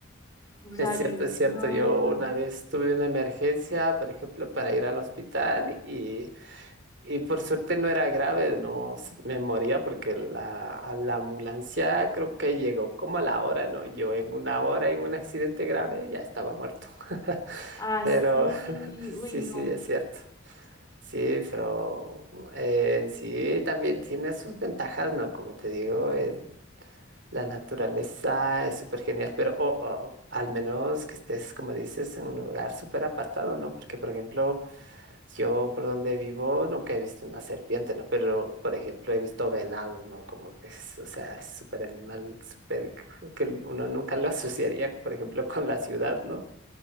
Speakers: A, on the left (about 20°); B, on the right (about 60°).
A: O sea,
B: Es cierto,
A: yo digo,
B: es
A: no.
B: cierto. Yo una vez tuve una emergencia, por ejemplo, para ir al hospital y Y por suerte no era grave, no s- me moría porque la, la ambulancia creo que llegó como a la hora, ¿no? Yo en una hora en un accidente grave ya estaba muerto. <laughs>
A: Así,
B: Pero <laughs>
A: uy,
B: sí,
A: no.
B: sí, es cierto. Sí, pero eh, en sí también tiene sus ventajas, ¿no? Como te digo, el- la naturaleza es súper genial, pero o- o, al menos que estés, como dices, en un lugar súper apartado, ¿no? Porque, por ejemplo, yo por donde vivo nunca he visto una serpiente, ¿no? Pero, por ejemplo, he visto venados, ¿no? Como que es, o sea, es súper animal, súper, que uno nunca lo <laughs> asociaría, por ejemplo, con la ciudad, ¿no?